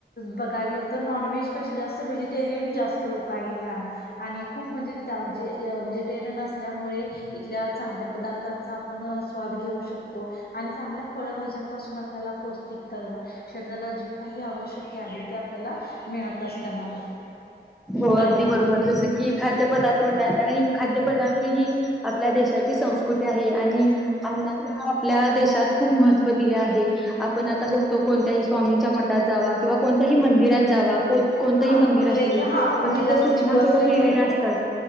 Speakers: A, on the left (about 60°); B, in the centre.
A: बघायला गेल तर नॉनव्हेज पेक्षा जास्त व्हेजिटेरियन जास्त लोक आहेत मॅम आणि खूप म्हणजे त्या म्हणजे व्हेजिटेरियन असल्यामुळे इथल्या चांगल्या पदार्थांचा आपण स्वाद घेऊ शकतो आणि चांगल्या फळभाज्यांपासून आपल्याला पौष्टिक तलवार शरीराला जे काही आवश्यक आहे, ते आपल्याला मिळत असत मॅम.
B: हो अगदी
A: आणि
B: बरोबर जसं की खाद्य पदार्थ <unintelligible> खाद्य पदार्थ ही आपल्या देशाची संस्कृती आहे आणि अन्ना आपल्या देशात खूप महत्त्व दिले आहे, आपण आता बघतो कोणत्याही स्वामींच्या मठात जावा किंवा कोणत्याही मंदिरात जावा कोत कोणतंही
A: हा
B: मंदिर
A: आपल्या
B: असु
A: इथे
B: दे. तर
A: हा म्हणजे
B: तिथे
A: जास्त
B: सूचना
A: हिंदू असल्यामुळे
B: फलक लिहिलेल्या असतात